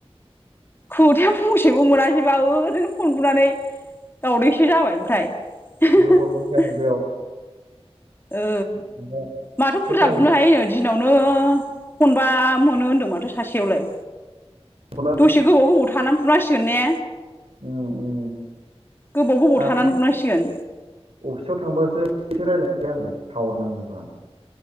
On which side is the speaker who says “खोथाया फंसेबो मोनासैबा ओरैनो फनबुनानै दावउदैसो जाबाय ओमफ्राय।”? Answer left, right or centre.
Left